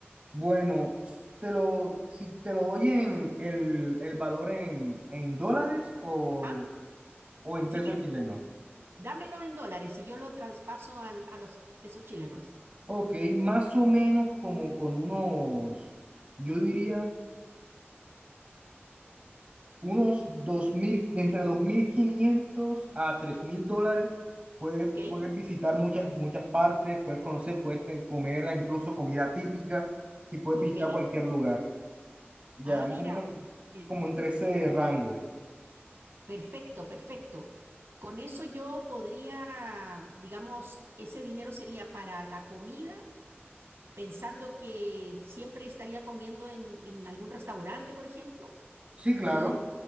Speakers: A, on the right; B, on the right.
A: Bueno, te lo, si te lo doy en el, el valor en, en dólares o,
B: Ajá.
A: o en
B: Si
A: pesos
B: quieres
A: chilenos.
B: Dámelo en dólares y yo lo traspaso al- a los pesos chilenos.
A: Ok, más o menos como con unos, yo diría, unos 2.000, de entre 2.500 a 3.000 dólares, puedes,
B: ¿Ok?
A: puedes visitar muchas, muchas partes, puedes conocer, puedes te- comer incluso comida típica y puedes
B: ¿Ok?
A: visitar cualquier lugar. Ya,
B: Ah,
A: más
B: mira,
A: o menos
B: bien.
A: como entre ese rango.
B: Perfecto, perfecto. Con eso yo podría, digamos, ese dinero sería para la comida, pensando que siempre estaría comiendo en, en algún restaurante, por ejemplo.
A: Sí, claro.
B: Y,